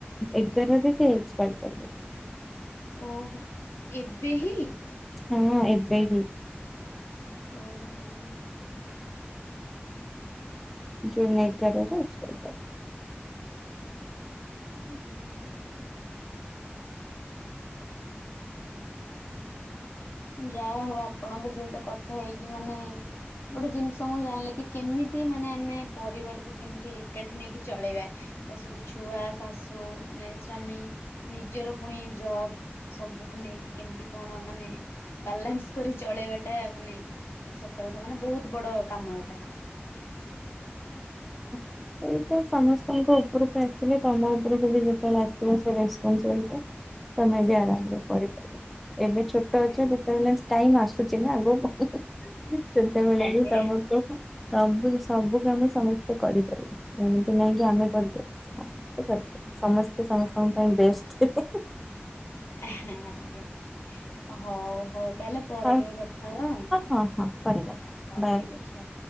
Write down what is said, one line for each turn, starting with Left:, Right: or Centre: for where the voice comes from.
Centre: ଏଗାର ସେ ଏକ୍ସପାର୍ କଲେ।
Left: ଓହୋ। ଏବେ ହିଁ!
Centre: ହଁ ଏବେ ହିଁ।
Left: ଓହୋ ହଉ।
Centre: ଜୁନ୍ ଏଗାରରେ ଅଛି।
Left: ଉଁ ହୁଁ। ଯାହା ହଉ ଆପଣଙ୍କ ସହିତ କଥା ହେଇକି ମାନେ ଗୋଟେ ଜିନିଷ ମୁଁ ଜାଣିଲି କି, କେମିତି ମାନେ ଆମେ ପରିବାରକୁ କେମିତି ଏକାଠି ନେଇକି ଚଳେଇବା? ତା ସହିତ ଛୁଆ, ଶାଶୁ ମାନେ ସ୍ଵାମୀ ନିଜର ପୁଣି ଜବ୍। ସବୁକୁ ନେଇକି କେମିତି କଣ ମାନେ ବାଲାନ୍ସ କରି ଚଳେଇବା ଟା ମାନେ ସତ କଥା ମାନେ ବହୁତ ବଡ଼ କାମ ଏଟା।
Centre: <inaudible> ଏଇଟା ସମସ୍ତଙ୍କ ଉପର ତ ଆସିଲେ ତମ ଉପରେ ଯଦି ଯେତେବେଳେ ଆସିବ ସେ ରେସ୍ପନସିବିଲଟା ତମ ବି ଆରାମରେ କରି ପାରିବ। ଏବେ ଛୋ ଟ
Left: ଆଜ୍ଞା
Centre: ଅଛ ଯେତେବେଳେ ଟାଇମ୍ ଆସୁଛି ନା ଆଗ ସେତେବେଳେ
Left: ଆଜ୍ଞା
Centre: ବି ତମକୁ ସବୁ ସବୁ ଆମେ ସମସ୍ତେ କରିପାରିବୁ ଏମିତି ନାଇଁ କି ଆମେ କରିଦଛୁ। ହଁ। ସମସ୍ତେ ସାଙ୍ଗେ
Left: ଆଜ୍ଞା
Centre: ସାଙ୍ଗ ପାଇଁ ବେଷ୍ଟ
Left: ଆଜ୍ଞା। ହଉ ହଉ ତାହେଲେ ପରେ
Centre: ହଁ
Left: କେବେ କଥା ହବା ଆଉ।
Centre: ହଁ ହଁ କରିବା
Left: ହଉ
Centre: ବାଏ
Left: ଠିକ୍ ଅଛି ହଉ।